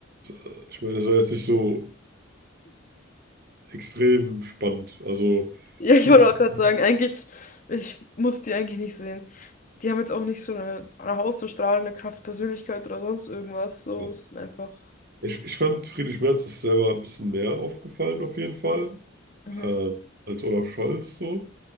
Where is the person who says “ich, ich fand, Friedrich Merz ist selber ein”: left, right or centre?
Right